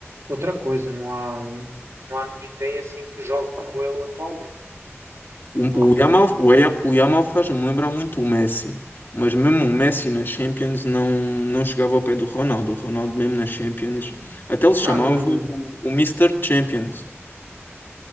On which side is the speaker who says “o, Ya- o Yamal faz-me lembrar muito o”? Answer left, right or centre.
Left